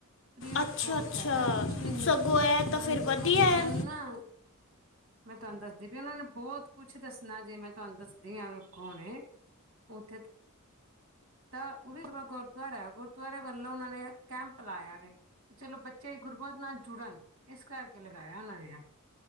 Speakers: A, on the right; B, on the left.
A: ਫਰੀ ਔਫ
B: ਅੱਛਾ
A: ਕੋਸਟ
B: ਅੱਛਾ
A: ਹੈਗਾ, ਕੁਛ ਵੀ ਨੀ,
B: ਸਗੋਂ ਇਹ
A: ਓਨਾਂ
B: ਤਾਂ ਫਿਰ
A: ਨੇ ਦੇਖੋ
B: ਵਧੀਆ
A: ਬੱਚੇਆਂ
B: ਹੈ
A: ਨੂੰ ਨਾ ਮੈਂ ਤੁਹਾਨੂੰ ਦੱਸਦੀ ਵੀ, ਓਨਾਂ ਨੇ ਬੋਤ ਕੁਛ ਦੱਸਣਾ, ਜੇ ਮੈਂ ਤੁਹਾਨੂੰ ਦੱਸਦੀ ਆ, ਓ ਕੌਣ ਨੇ ਉੱਥੇ ਤਾਂ ਤਾਂ ਓ ਵੀ ਗੁਰਦੁਆਰਾ, ਗੁਰਦੁਆਰੇ ਵੱਲੋਂ ਓਨਾਂ ਨੇ ਕੈਂਪ ਲਾਇਆ ਵ ਕਿ ਚਲੋ, ਬੱਚੇ ਗੁਰਮਤ ਨਾਲ ਜੁੜਨ ਏਸ ਕਰਕੇ ਲਗਾਇਆ ਓਨਾਂ ਨੇ।